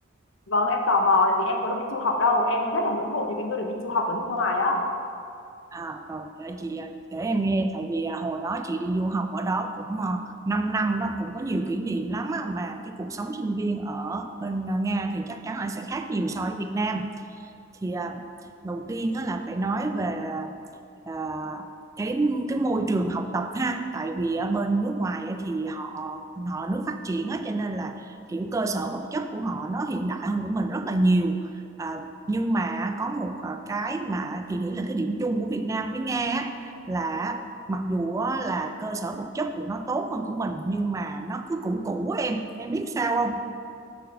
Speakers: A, on the left; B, on the right.
A: Vâng, em tò mò tại vì em có được đi du học đâu. Em rất là ngưỡng mộ những cái người được đi du học ở nước ngoài á.
B: À, rồi để chị à, kể em nghe tại vì à, hồi đó chị đi du học ở đó cũng uh, 5 năm đó, cũng có nhiều kỷ niệm lắm á, mà cái cuộc sống sinh viên ở bên à, Nga thì chắc chắn là sẽ khác nhiều so với Việt Nam. Thì à, đầu tiên á là phải nói về à, à, cái cái môi trường học tập ha tại vì ở bên nước ngoài thì họ họ nước phát triển á cho nên là kiểu cơ sở vật chất của họ nó hiện đại hơn của mình rất là nhiều à, nhưng mà có một à, cái mà chị nghĩ là cái điểm chung của Việt Nam với Nga á, là mặc dù á, là cơ sở vật chất của nó tốt hơn của mình nhưng mà nó cứ cũ cũ á em em biết sao không